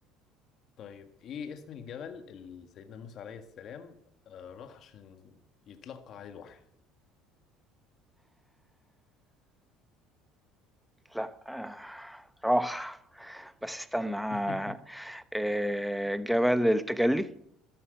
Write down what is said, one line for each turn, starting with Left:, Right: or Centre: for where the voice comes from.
Left: طيب إيه اسم الجبل اللي سيدنا موسى عليه السلام آه، راح عشان يتلقى عليه الوحي
Centre: لا آه، راح بس استنى آه،
Left: <laughs>
Centre: آه، جبل التجلي